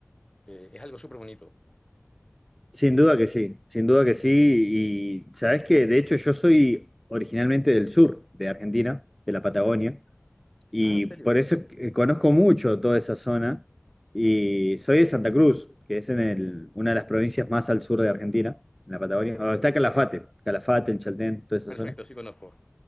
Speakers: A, on the left; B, in the centre.
A: eh, es algo súper bonito.
B: Sin duda que sí, sin duda que sí. Y sabes que, de hecho, yo soy originalmente del sur de Argentina, de la Patagonia, y
A: Ah, ¿en serio?
B: por eso eh, conozco mucho toda esa zona. Y soy de Santa Cruz, que es en el, una de las provincias más al sur de Argentina, en la Patagonia. Donde está Calafate, Calafate, en Chaltén, toda esa
A: Perfecto,
B: zona.
A: sí conozco.